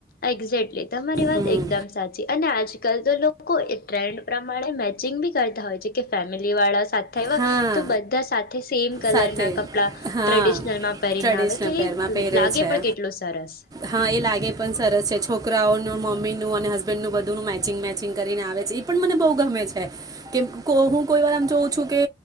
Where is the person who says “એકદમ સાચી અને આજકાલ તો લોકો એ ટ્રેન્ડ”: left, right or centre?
Left